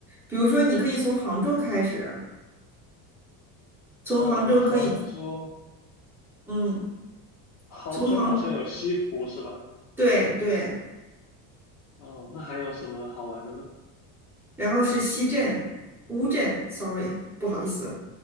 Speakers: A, in the centre; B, on the left.
A: 比如说你可以从杭州开始，从杭州可以，
B: 嗯，杭州，
A: 嗯，
B: 杭州好像有西湖是吧？
A: 从杭，对对，
B: 哦，那还有什么好玩的呢？
A: 然后是西镇、乌镇，sorry，不好意思，